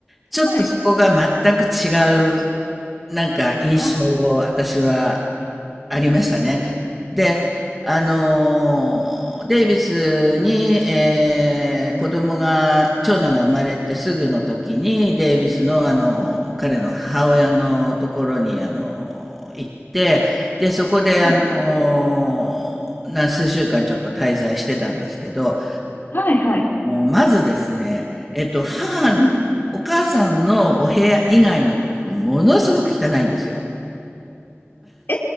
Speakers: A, in the centre; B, on the left.
A: ちょっとそこが全く違
B: はい。
A: う、なんか印象を私は
B: あ
A: ありましたね。
B: ー、
A: で、あのー、デイビスに、えー子供が、長男が生まれてすぐの時に、デイビスの、あの、
B: うん、
A: 彼の母親のところに、あの、行って、で、そこで、
B: はい。
A: あのーな、数週間ちょっと滞在してたんですけど、
B: はい、はい。
A: もうまずですね、えっと、母、
B: うん。
A: お母さんのお部屋以外のとこ、ものすごく汚いんですよ。
B: え、